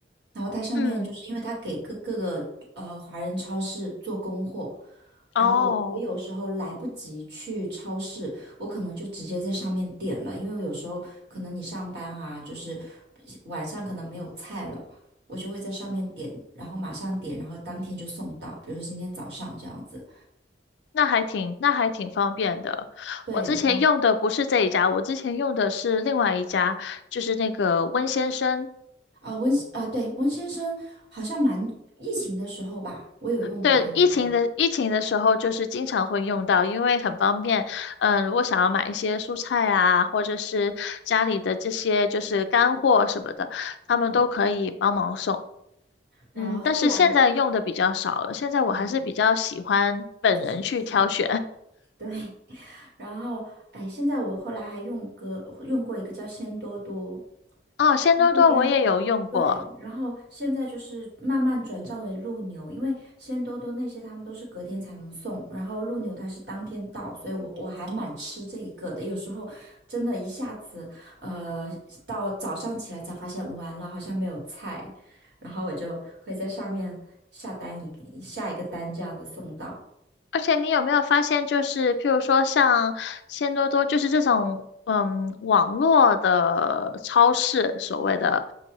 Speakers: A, on the right; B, on the left.
A: 然后它上面就是因为它给各各个呃华人超市做供货，
B: 嗯，
A: 然后我我有时候来不及去超市。
B: 哦。
A: 我可能就直接在上面点了，因为有时候可能你上班啊，就是晚上可能没有菜了，我就会在上面点，然后马上点，然后当天就送到，比如说今天早上这样子。
B: 那还挺，那还挺方便的。
A: 对，
B: 我之前用的不是这一家，
A: 然后
B: 我之前用的是另外一家，就是那个温先生。
A: 啊温啊对温先生好像蛮疫情的时候吧，我有用过他们家，
B: 对，疫情的疫情的时候，就是经常会用到，因为很方便。嗯、如果想要买一些蔬菜啊，或者是家里的这些就是干货什么的，他们都可以帮忙送。
A: 嗯，然后后来
B: 嗯，但是现在用的比较少了，现在我还是比较喜欢本人去挑选。
A: 哦自己吃，对，然后哎现在我后来还用个用过一个叫鲜多多。
B: <laughs> 哦，鲜多多我也有用过。
A: 他那边对，然后现在就是慢慢转账为陆牛，因为鲜多多那些他们都是隔天才能送，然后陆牛它是当天到，所以我我还蛮吃这一个的。有时候真的一下子，呃，到早上起来才发现完了，好像没有菜，然后我就会在上面下单一个下一个单这样子送到。
B: 而且你有没有发现，就是譬如说像鲜多多，就是这种嗯网络的超市，所谓的